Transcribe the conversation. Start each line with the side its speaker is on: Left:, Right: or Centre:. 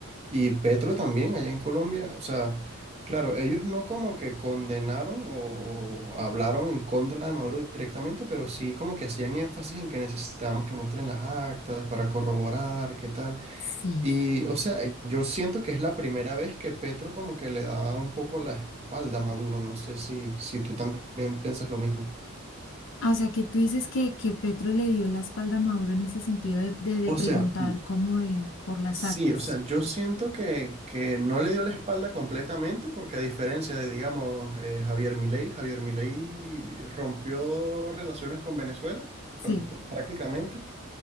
Right: Y Petro también, allá en Colombia, o sea, claro, ellos no como que condenaron o, o hablaron en contra de Maduro directamente, pero sí como que hacían énfasis en que necesitábamos que muestren las actas para corroborar qué tal.
Left: Sí.
Right: Y, o sea, yo siento que es la primera vez que Petro como que le da un poco la espalda a Maduro, no sé si, si tú también piensas lo mismo.
Left: Ah, O sea, que tú dices que, que Petro le dio la espalda a Maduro en ese sentido de, de, de
Right: O
Left: preguntar
Right: sea,
Left: como de por las
Right: Sí,
Left: actas.
Right: o sea, yo siento que, que no le dio la espalda completamente porque a diferencia de, digamos, eh, Javier Milei, Javier Milei rompió relaciones con Venezuela
Left: Sí.
Right: pr- prácticamente.